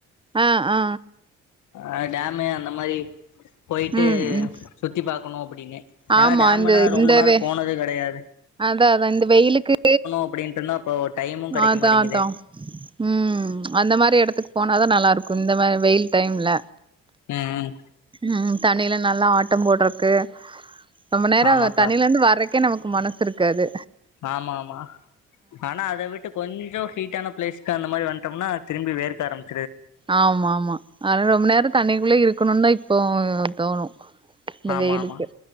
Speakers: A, on the right (about 15°); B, on the left (about 75°).
A: அ ஆ
B: ஆ டேமு அந்த மாரி போயிட்டு
A: ம் ம்
B: சுத்தி பாக்கணு அப்டின்னு ஏன்னா
A: ஆமா
B: டேம்ன்னா
A: இந்த
B: ரொம்ப
A: இந்த
B: நாள்
A: வெ
B: போனது கிடையா
A: அதா அதா இந்த வெயிலுக்கு
B: அப்டின்ட்டு இருந்தா அப்போ டைமு கெடைக்க
A: அதா
B: மாட்டேங்குது
A: அதா ம் அந்த மாரி எடத்துக் போனாதா நல்லா இருக் குந்த மா வெயில் டைம் ல
B: ம் ம்
A: உம் தண்ணியிலன் நல்லா ஆட்டம் போட்றக்கு ரொம்ப நேர
B: ஆமாக்கா
A: தண்ணில இருந்து வர்றக்கே நமக்கு மன த்ருக்காது
B: ஆமா ஆமா ஆனா அத விட்டு கொஞ்சோ ஹீட்டான பிளஸ்க்க அந்தமாரி வன்ட்டோம்னா திரும்பி வேரு கார ஆர
A: ஆமா ஆமா அதனால ரொம்ப நேரோ தண்ணிக்குள்ள இருக்கணும்ன்னை ப்போ தோணு இந்த
B: ஆமா
A: வெயிலுக்கு
B: ஆமா